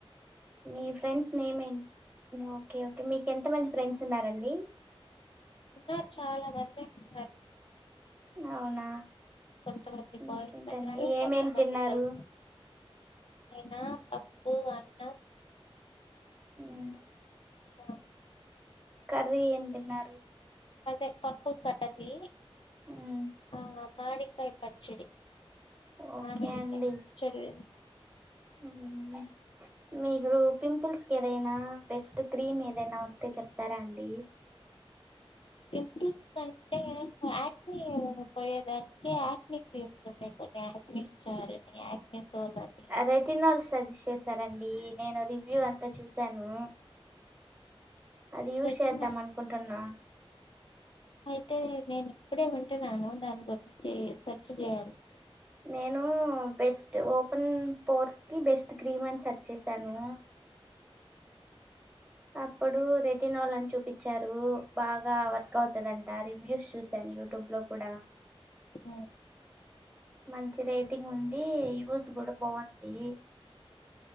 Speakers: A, on the right; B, on the left.
A: మీ ఫ్రెండ్స్ నేమ్ ఏ ఓకే ఓకే మీకు ఎంతమంది ఫ్రెండ్స్ ఉన్నారండి
B: ఉన్నారు చాలా మందే ఉన్నారు
A: అవునా
B: కొంతమంది
A: ఇంకేంటండి
B: బాయ్స్ ఉన్నారు
A: ఏమేమి
B: కొంతమంది
A: తిన్నారు
B: గర్ల్స్ నేనా పప్పు అన్నం
A: ఉమ్,
B: ఆ
A: కర్రీ ఎం తిన్నారు
B: అదే పప్పు కర్రీ
A: ఉమ్,
B: ఆ మామిడికాయ్ పచ్చడి
A: ఓకే
B: మామిడికాయ్
A: అండి
B: పచ్చడి
A: ఉమ్, మీరు పింపుల్స్కి ఏదైనా బెస్ట్ క్రీమ్ ఏదైనా ఉంటే చెప్తారా అండి
B: పింపుల్స్ అంటే యాక్నీ పోయేదానికి యాక్ని కీమ్స్ ఉంటాయి కొన్ని యాక్ని స్టార్ అని యాక్ని సోల్ అని
A: రెటినాల్ సజెస్ట్ చేసారండి నేను రివ్యూ అంతా చూశాను అది యూస్
B: రెటినా
A: చేద్దాం అనుకుంటాన్నా
B: అయితే నేనిప్పుడే వింటున్నాను దాని గురించి సర్చ్ జేయాలి
A: నేను బెస్ట్ ఓపెన్ పోర్స్కి బెస్ట్ క్రీమ్ అని సెర్చ్ చేసాను అప్పుడు రెటినాల్ అని చూపిచ్చారు బాగా వర్క్ అవుతదంట రివ్యూస్ చూసాను యూట్యూబ్ లో కూడా
B: ఉమ్
A: మంచి రేటింగ్ ఉండి, యూస్ కూడా బాగుంది